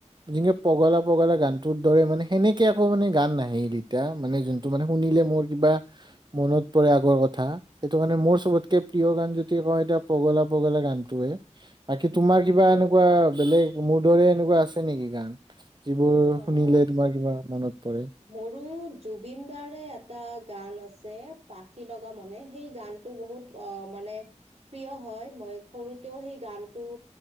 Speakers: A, on the right; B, on the right.
A: যেনেকে পগলা পগলা গানটোৰ দৰে মানে সেনেকে আকৌ মানে গান নাহে এই দুইটা, মানে যোন টো মানে শুনিলে মোৰ কিবা মনত পৰে আগৰ কথা সেইটোকাৰণে মোৰ চবতকে প্ৰিয় গান যদি হয় এতিয়া পগলা পগলা গানটোৱে। বাকী তোমাৰ কিবা এনেকুৱা বেলেগ মোৰ দৰে এনেকুৱা আছে নেকি গান? যিবোৰ
B: অ
A: শুনিলে তোমাৰ কিবা মনত পৰে?
B: মোৰো জুবিন দাৰে এটা গান আছে পাখি লগা মনে সেই গান টো বহুত অ মানে প্ৰিয় হয় মই সৰুতেও সেই গানটো